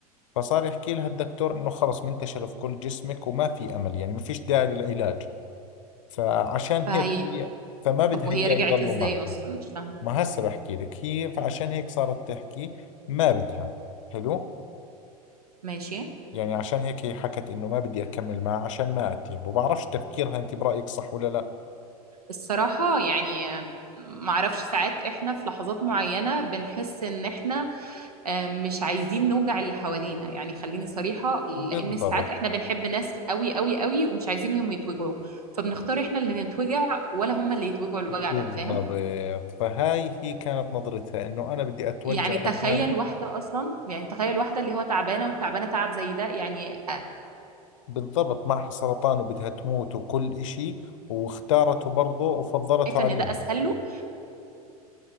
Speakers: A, on the left; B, on the right.
A: فصار يحكي لها الدكتور انه خلص منتشر في كل جسمك وما في امل يعني ما فيش داعي للعلاج فعشان
B: فهي
A: هيك هي فما بدها
B: طب وهي
A: اياه
B: رجعت
A: يضلوا
B: إزاي
A: معها
B: أصلا مش فاهمة
A: ما هسه بحكي لك هي فعشان هيك صارت تحكي ما بدها حلو
B: ماشي
A: يعني عشان هيك هي حكت انه ما بدي اكمل معه عشان ما اتعبه بعرفش تفكيرها انت برأيك صح ولا لا
B: الصراحة يعني معرفش ساعات احنا في لحظات معينة بنحس ان احنا آه، مش عايزين نوجع اللي حوالينا يعني خليني صريحة لأن
A: بالضبط
B: ساعات احنا بنحب ناس قوي قوي قوي ومش عايزينهم يتوجعوا فبنختار احنا اللي نتوجع ولا هم اللي يتوجعوا الوجع
A: بالضبط
B: ده فاهم
A: فهاي هي كانت نظرتها انه انا بدي اتوجع
B: يعني تخيل
A: لحالي
B: واحدة أصلا يعني تخيل واحدة اللي هو تعبانة وتعبانة تعب زي ده يعني
A: بالضبط معها سرطان وبدها تموت وكل اشي واختارته برضه وفضلته
B: شايفة
A: عليهم
B: إن ده أسهل له